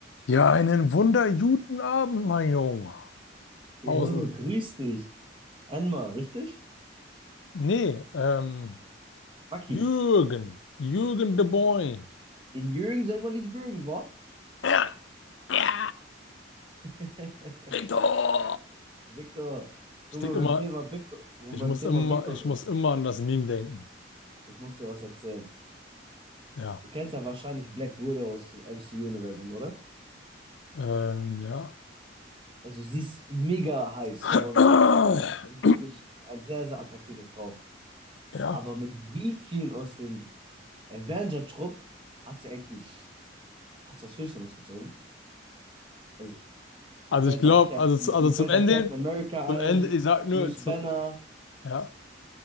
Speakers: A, on the left (about 75°); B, on the right (about 25°).
A: Ja, einen wunderguten Abend, mein Junge.
B: Jo,
A: Hausel.
B: grüß dich. Einmal, richtig?
A: Nee, ähm,
B: Bucky.
A: Jürgen. Jürgen de Boy.
B: Den Jürgen soll man nicht würgen, wa?
A: Ja, ja,
B: <laughs>
A: Victor!
B: Victor,
A: Ich
B: wo
A: denk
B: wir
A: immer,
B: beim Thema Victor, wo
A: ich
B: wir beim
A: muss
B: Thema
A: immer,
B: Victor
A: ich
B: sind.
A: muss immer an das Meme denken.
B: Ich muss dir was erzählen.
A: Ja.
B: Du kennst ja wahrscheinlich Black Widow aus dem MCU-Universum, oder?
A: Ähm, ja.
B: Also sie ist mega heiß,
A: <clears throat>
B: da wollen wir jetzt nichts sagen. Sie ist wirklich eine sehr, sehr attraktive Frau.
A: Ja.
B: Aber mit wie vielen aus dem Avenger-Trupp hat sie eigentlich, hat sie das Höschen ausgezogen? Also Mir
A: Also
B: fällt
A: ich glaube,
B: da Captain,
A: also, zu- also
B: mir fällt
A: zum Ende,
B: da Captain America
A: zum
B: ein,
A: Ende, ich sag nur,
B: Bruce
A: zu,
B: Banner,
A: ja,